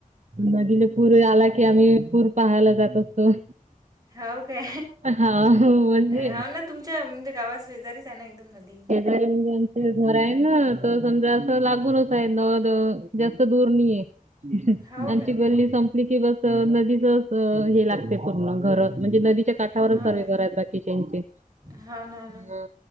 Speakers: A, on the right; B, on the right.
A: नदीला पूर आला की आम्ही पूर पहायला जात असतो.
B: हाऊ काय
A: हा म्हणजे
B: हो ना''--'' तुमच्या म्हणजे गावास शेजारीच आहे ना एकदम नदी.
A: ह ते घर आहे ना तर समजा असं लागूनच आहे न जास्त दूर नाहीय <inaudible>
B: हो
A: आची
B: का?
A: गल्ली संपली की बस नदीच हे लागते पूर्ण घर म्हणजे नदीच्या काठावरच
B: हो
A: सर्वे
B: ना.
A: करात बाकीच्याचे
B: हो ना, हो ना.
A: ह